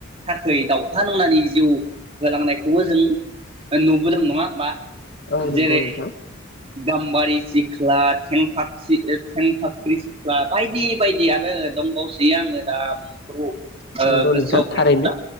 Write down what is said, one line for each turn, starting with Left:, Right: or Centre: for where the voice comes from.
Right: थाखै दावहा नांनानै जिउ होलांनायखौबो जों नुबोदों नंआहोमबा?
Left: औ नंगौ
Right: जेरै
Left: नोंथां
Right: गाम्बारि सिख्ला थेंनफाख्रि थेंनफाख्रि सिख्ला बाय दि बायदि आरो दंबावो सो बि आङो दा बेफोरखौ ओ
Left: नंगौ
Right: गोसोआव
Left: नोंथां थारैनो
Right: गैला।